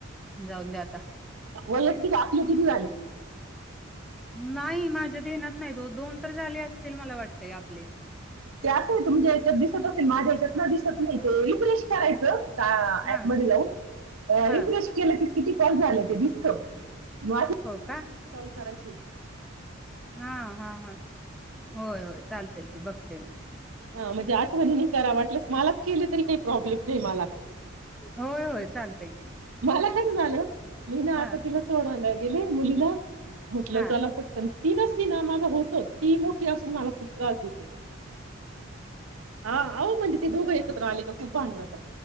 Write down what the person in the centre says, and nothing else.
जाऊन द्या आता
हम्म नाही माझ्या ध्यानात नाही दो दोन तरी झाले असतील मला वाटतंय आपले.
हा
हा
हो का
हा हा हा होय होय चालतंय की बघते मी
होय होय चालतय की
हा
हा